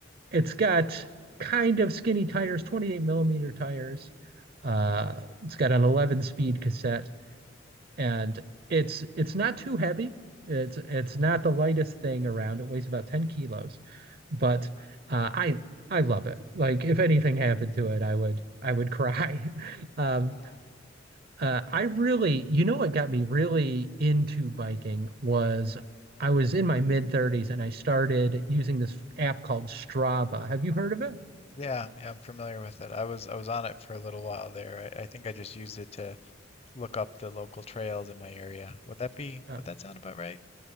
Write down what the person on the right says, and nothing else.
it's got kind of skinny tires, 28 millimeter tires. Uh,
it's got an 11 speed cassette and
it's it's not too heavy. It's it's not the lightest thing around. It weighs about 10 kilos, but
uh, I I love it. Like if anything happened
to it, I would I would cry. <laughs> Um,
uh, I really, you know, what got me really into biking was I was in my mid 30s and I started using this app called Strava. Have you heard of it?
Uh,